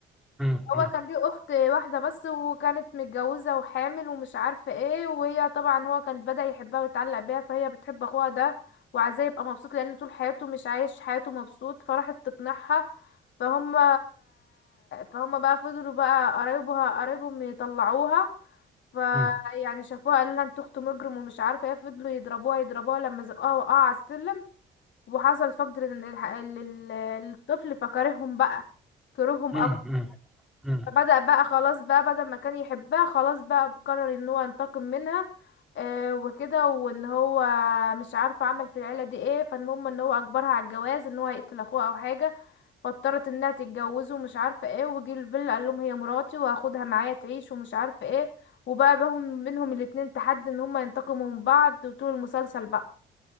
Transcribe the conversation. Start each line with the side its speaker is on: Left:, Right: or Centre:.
Centre: مم.
Left: هو
Centre: مم.
Left: كان ليه اخت واحده بس وكانت متجوزه وحامل ومش عارفه ايه وهي طبعا هو كان بدأ يحبها ويتعلق بيها فهي بتحب اخوها ده وعايزاه يبقى مبسوط لان طول حياته مش عايش حياته مبسوط فراحت تقنعها فهم فهم بقى فضلوا بقى قرايبها قرايبهم يطلعوها فيعني
Centre: مم.
Left: شافوها قالوا لها انت اخت مجرم ومش عارفه ايه فضلوا يضربوها يضربوها لما زقوها وقعوا على السلم وحصل فقد لل- لل- للطفل فكرههم بقى كرههم
Centre: مم.
Left: اكتر
Centre: مم. مم.
Left: فبدأ بقى خلاص بقى بدل ما كان يحبها خلاص بقى قرر ان هو ينتقم منها آه وكده وان هو مش عارفه عمل في العيله دي ايه فالمهم ان هو اجبرها على الجواز ان هو هيقتل اخوها او حاجه فاضطرت انها تتجوزه ومش عارفه ايه وجي الفيلا قال لهم هي مراتي وهاخدها معايا تعيش ومش عارفه ايه وبقى بهم منهم الاتنين تحدي ان هما ينتقموا من بعض وطول المسلسل بقى